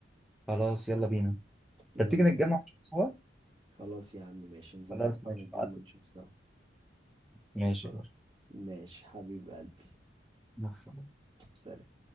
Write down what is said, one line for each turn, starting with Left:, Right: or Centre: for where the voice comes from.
Centre: خلاص يلا بينا
Right: يلا
Centre: طب تيجي نتجمع سوا
Right: خلاص يا عم ماشي نظبطها
Centre: خلاص ماشي
Right: ونتجمع
Centre: بعتلي
Right: نشوف سوا
Centre: ماشي
Right: خلاص ماشي حبيب قلبي
Centre: بس
Right: سلام